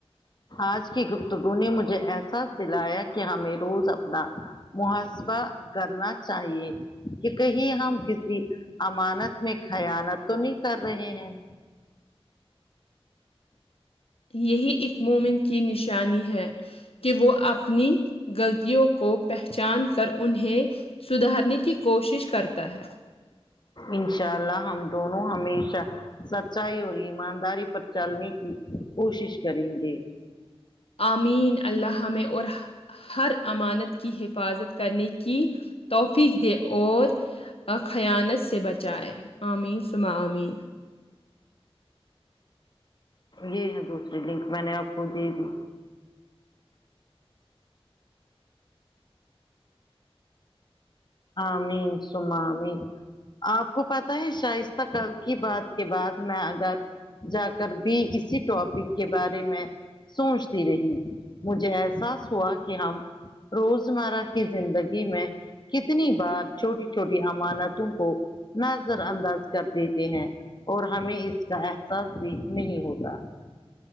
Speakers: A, on the left; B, on the left.
A: آج کی گفتگو نے مجھے احساس دلایا کہ ہمیں روز اپنا محسبہ کرنا چاہیے کہ کہیں ہم کسی امانت میں خیانت تو نہیں کر رہے ہیں
B: یہی ایک مومن کی نشانی ہے کہ وہ اپنی غلطیوں کو پہچان کر انہیں سدھارنے کی کوشش کرتا ہے
A: انشاء اللہ ہم دونوں ہمیشہ سچائی اور ایمانداری پر چلنے کی کوشش کریں گے
B: آمین اللہ میں اور ہر امانت کی حفاظت کرنے کی کی توفیق دے اور اور خیانت سے بچائے آمین سمہ امین
A: یہ ہے دوسری لنک میں نے آپ کو دے دی آمین سمہ امین آپ کو پتاہ ہے شائستہ کل کی بات کے بعد میں اگر جا کر بھی اسی ٹاپک کے بارے میں سوچتی رہی مجھے احساس ہوا کہ ہم روزمرہ کی زندگی میں کتنی بار چھوٹی چھوٹی امانتوں کو نظر انداز کر دیتے ہیں اور ہمیں اس کا احساس بھی نہیں ہوتا